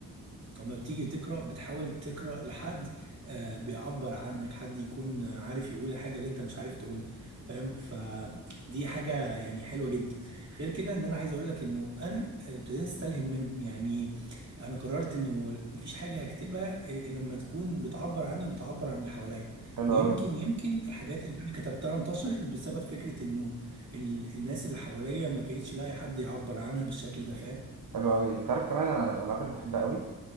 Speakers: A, on the right; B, on the right.
A: لما بتيجي تقرأ بتحاول تقرأ لحد آه، بيعبر عنك حد يكون آه، عارف يقول الحاجة اللي انت مش عارف تقولها فاهم فدي حاجة يعني حلوة جدا غير كده ان انا عايز اقول لك انه انا آه، ابتديت استلهم منهم يعني انا قررت انه مفيش حاجة هكتبها آه، لما تكون بتعبر عني وبتعبر عن اللي حواليا
B: حلو
A: ويمكن
B: قوي
A: يمكن الحاجات اللي انا كتبتها انتشرت بسبب فكرة انه ال- الناس اللي حواليا ما كانتش لاقي حد يعبر عنها بالشكل ده فاهم
B: حلو قوي انت عارف كمان انا من الالعاب اللي بحبها قوي